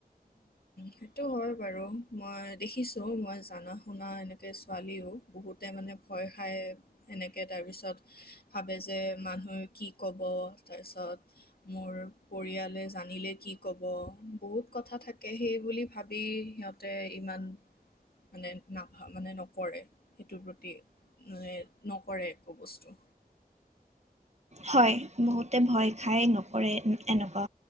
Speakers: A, on the left; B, on the right.
A: সেইটো হয় বাৰু মই দেখিছোঁ মই জানা। শুনা এনেকে ছোৱালীও বহুতে মানে ভয়- খায় সেনেকৈ তাৰপিছত ভাবে যে- মানুহে কি ক'ব? তাৰপিছত মোৰ পৰিয়ালে জানিলে কি ক'ব বহুত কথা থাকে সেই বুলি ভাব বি সিহঁতে ইমান মানে নাভা মানে নকৰে সেইটোৰ প্ৰতি মানে নকৰে একো বস্তু।
B: হয় বহুতে ভয় খাই নকৰে এনেকুৱা